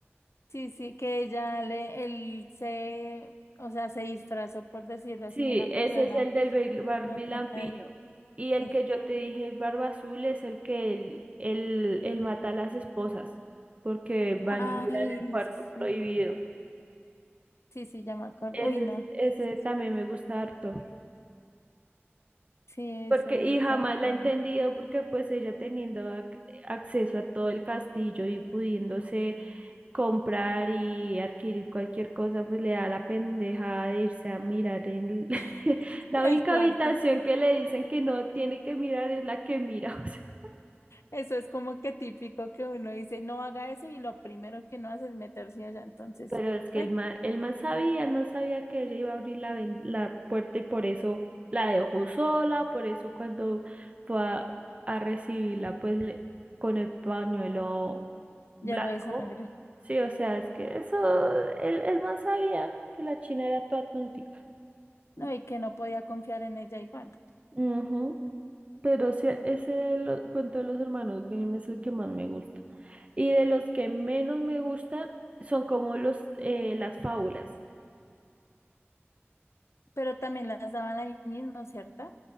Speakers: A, on the left (about 80°); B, on the right (about 30°).
A: Sí, sí, que ella le, él se, o sea, se disfrazó, por decirlo
B: Sí,
A: así, de una
B: ese
A: persona
B: es el del bil- barbilampiño.
A: que no tenía. di-
B: Y el
A: esa.
B: que yo te dije, Barba Azul, es el que él, él, él mata a las esposas, porque van
A: Ay,
B: y miran el cuarto
A: sí.
B: prohibido.
A: Sí, sí, ya me acordé.
B: Ese,
A: Uy, no,
B: es-
A: ese
B: ese
A: es-
B: también me gusta harto.
A: sí,
B: Porque,
A: ese
B: y jamás
A: ya me acordé.
B: la he entendido porque pues ella teniendo ac- acceso a todo el castillo y pudiéndose comprar y adquirir cualquier cosa, pues le da la pendeja de irse a mirar en el- <laughs>
A: <laughs>
B: la
A: El
B: única
A: cuarto.
B: habitación que le dicen que no tiene que mirar es la que mira. <laughs>
A: Eso es como que típico que uno dice, no haga eso y lo primero que uno hace es meterse allá. Entonces,
B: o sea, pero es que
A: bueno,
B: el man, el man sabía, el man sabía que él iba a abrir la, ven- la puerta y por eso la dejó sola, por eso cuando fue a, a recibirla, pues le- con el pañuelo blanco.
A: ya no hay sangre.
B: Sí, o sea, es que eso, el, el man sabía que la china era toda tontica.
A: No, y que no podía confiar en ella igual.
B: Ujú. Pero sí, ese lo- cuento de los hermanos Grimm es el que más me gusta. Y de los que menos me gustan son como los, eh, las fábulas.
A: Pero también las daban ahí mismo, ¿cierto?